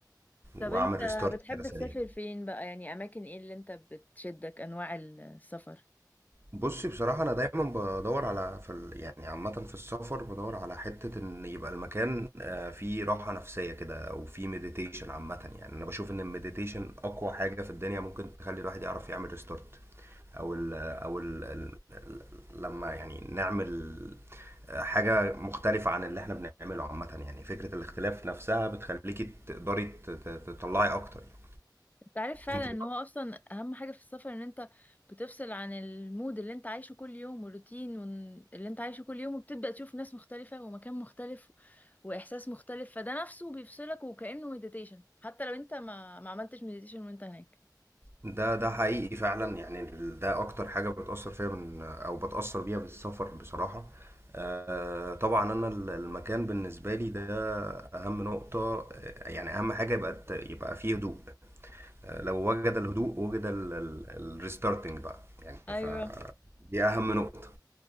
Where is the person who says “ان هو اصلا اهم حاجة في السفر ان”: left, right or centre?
Left